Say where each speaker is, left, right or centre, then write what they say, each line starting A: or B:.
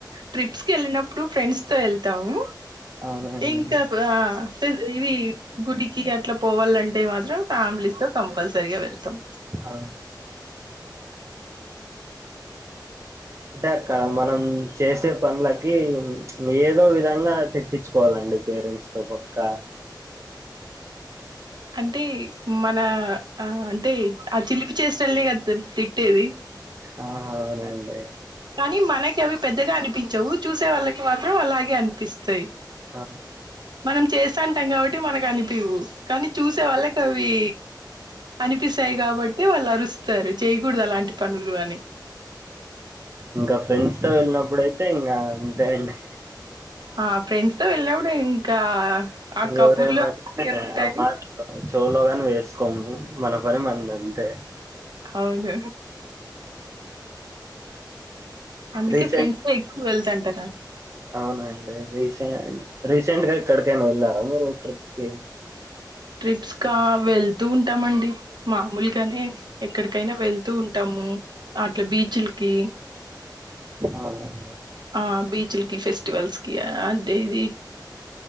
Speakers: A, on the right; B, on the right.
A: ట్రిప్స్కి వెళ్ళినప్పుడు ఫ్రెండ్స్ తో వెళ్తాము
B: అవునండి
A: ఇంకా ఆ ఇవి గుడికి అట్లా పోవాలంటే మాత్రం ఫ్యామిలీస్ తో కంపల్సరీగా వెళ్తాం
B: హ అంటే అక్కడ మనం చేసే పనులకి ఏదో విధంగా తిట్టించుకోవాలండి పేరెంట్స్ తో పక్క
A: అంటే మన ఆ అంటే ఆ చిలిపి చేష్టలనే కదా తిట్టేది
B: ఆ అవునండి
A: కానీ మనకి అవి పెద్దగా అనిపించవు చూసే వాళ్ళకి మాత్రం అలాగే అనిపిస్తాయ్
B: ఆ
A: మనం చేస్తాంటాం కాబట్టి మనకు అనిపీవు కానీ చూసే వాళ్ళ వి అనిపిస్తాయి కాబట్టి వాళ్ళు అరుస్తారు చేయకూడదు అలాంటి పనులు అని
B: ఇంకా ఫ్రెండ్స్ తో వెళ్ళినప్పుడయితే ఇంకా అంతే అండి
A: ఆ ఫ్రెండ్స్ తో వెళ్ళినప్పుడు ఇంకా ఆ కబుర్లు
B: ఎవరేమన్నా
A: అలాగే ఉంటాయి.
B: ఆమాట్ చెవులో గాని వేసుకోము మన పని మనందంతే
A: అవును అందుకే
B: రీసెంట్
A: ఫ్రెండ్స్తో ఎక్కువ వెళ్తాంటారు
B: అవునండి రీసెంట్ రీసెంట్ గా ఎక్కడికైనా వెళ్ళారా మీరు ట్రిప్ కి
A: ట్రిప్స్ కా వెళ్తూ ఉంటామండి మామూలుగానే ఎక్కడికైనా వెళ్తూ ఉంటాము అట్లా బీచ్లకి
B: ఆ అదే
A: ఆ బీచుల్కి ఫెస్టివల్స్కి అంటే ఇది